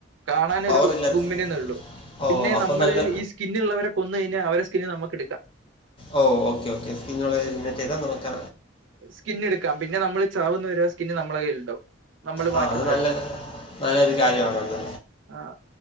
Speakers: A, on the right; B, on the left.
A: കാണാനൊരു
B: പവർ ഇല്ലത്
A: ഗുമ്മിനന്നെ ഉള്ളൂ.
B: ഓ
A: പിന്നെ
B: അപ്പം
A: നമ്മള്
B: നല്ല
A: ഈ സ്കിന്നുള്ളവരെ കൊന്ന് കഴിഞ്ഞാൽ അവരടെ സ്കിന്ന് നമുക്ക് എടുക്കാം.
B: ഓ ഓക്കെ ഓക്കെ സ്കിന്നുള്ളതങ്ങനെ ചെയ്താ നമ്മുക്ക്
A: സ്കിന്ന് എടുക്കാം പിന്നെ നമ്മള് ചാവുന്ന വരെ സ്കിന്ന് നമ്മടെ കയ്യിലുണ്ടാവും നമ്മള്
B: ആ
A: മാറ്റുന്നവരെ
B: അത് നല്ല നല്ലൊരു കാര്യമാണത്
A: ആ